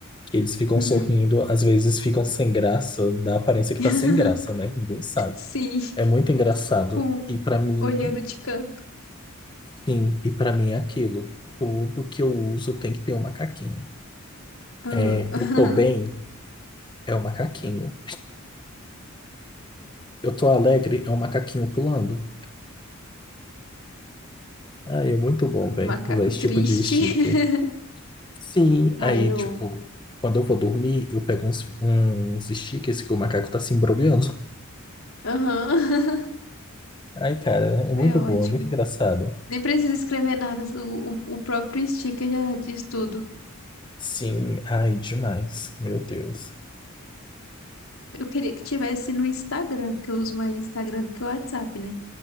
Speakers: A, on the left; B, on the left.
A: que eles ficam
B: Uhum.
A: sorrindo, às vezes ficam sem graça, dá a aparência que
B: <laughs>
A: tá sem graça, né? Ninguém sabe.
B: Sim,
A: É muito engraçado.
B: com
A: E pra mim,
B: olhando de canto.
A: sim, e pra mim é aquilo. Tudo que eu uso tem que ter um macaquinho.
B: Ah,
A: É,
B: <laughs>
A: eu tô bem, é o macaquinho. Eu tô alegre, é um macaquinho pulando. Ah, é muito bom,
B: Um
A: velho,
B: macaco
A: usar esse
B: triste.
A: tipo de sticker.
B: <laughs>
A: Sim,
B: Aí
A: aí,
B: eu.
A: tipo, quando eu vou dormir, eu pego uns, uns stickers que o macaco tá se embrulhando.
B: Aham. <laughs>
A: Ai, cara, é muito
B: É ótimo.
A: bom, é muito engraçado.
B: Nem precisa escrever nada. O, o, o próprio sticker já diz tudo.
A: Sim, ai, demais, meu Deus.
B: Eu queria que tivesse no Instagram, porque eu uso mais Instagram do que o WhatsApp, né?